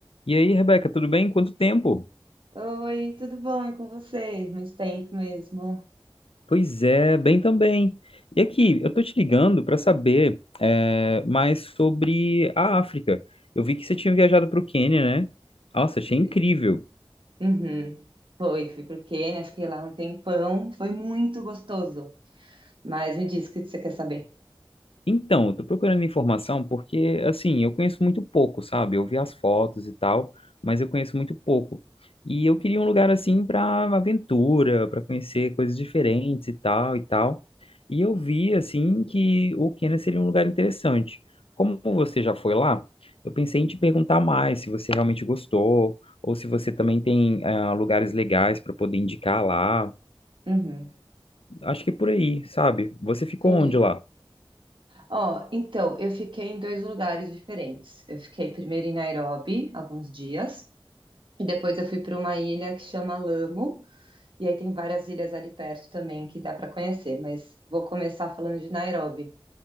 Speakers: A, on the left; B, on the right.
A: E aí, Rebeca, tudo bem? Quanto tempo?
B: Oi, tudo bom? E com você? Muito tempo mesmo.
A: Pois é, bem também. E aqui, eu tô te ligando para saber é, mais sobre a África. Eu vi que você tinha viajado para o Quênia, né? Nossa, achei incrível.
B: Sim. Uhum. Foi, fui pro Quênia, fiquei lá um tempão, foi muito gostoso. Mas me diz o que que você quer saber.
A: Então, eu tô procurando informação porque, assim, eu conheço muito pouco, sabe? Eu vi as fotos e tal, mas eu conheço muito pouco. E eu queria um lugar assim para aventura, para conhecer coisas diferentes e tal e tal. E eu vi assim que o Quênia seria um lugar interessante. Como você já foi lá, eu pensei em te perguntar mais se você realmente gostou ou se você também tem ah, lugares legais para poder indicar lá.
B: Uhum,
A: Acho que é por aí, sabe? Você ficou
B: entendi.
A: onde lá?
B: Ó, então, eu fiquei em dois lugares diferentes. Eu fiquei primeiro em Nairobi, alguns dias, e depois eu fui para uma ilha que chama Lamu, e aí tem várias ilhas ali perto também que dá para conhecer, mas vou começar falando de Nairobi.